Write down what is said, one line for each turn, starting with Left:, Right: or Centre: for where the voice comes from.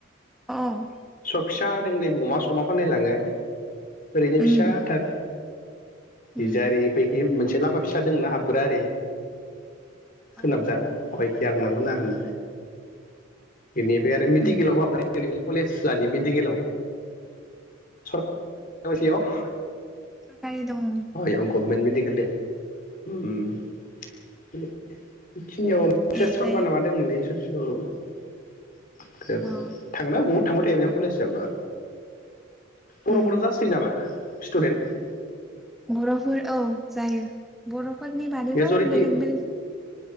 Centre: औ
Left: सक फिसा दंलै अमा समा फानलायलाङो ओरैनो
Centre: उम
Left: फिसा थार बिजारि
Centre: उम
Left: बैखि मोनसे लामा फिसा दंना हाबग्रा ओरै सोनाबजा
Centre: अ
Left: अ इखि हाबनांगोन आरो न बेनिफ्राय आरो मेडिकेलावबो
Centre: उम
Left: हाबबाय बे नोंनि कलेज जानि मेडिकेलाव सरकारियाव
Centre: ओमफाय दङ
Left: हावायाव गभमेन्ट मिदिकेल दङ उम <unintelligible> खिनियाव तेसपर्मा
Centre: ओमफ्राय
Left: ना मा दंमोनलै ससे ओह
Centre: अ
Left: थांना बहुत थांबाय थायो आं बे कलेजावबा बर'
Centre: उम
Left: बर' जासोयो नामा स्टुडेन्ट
Centre: बर'फोर औ जायो बर'फोरनि बादैबो
Left: मेजरिटि
Centre: बेलेग बेलेग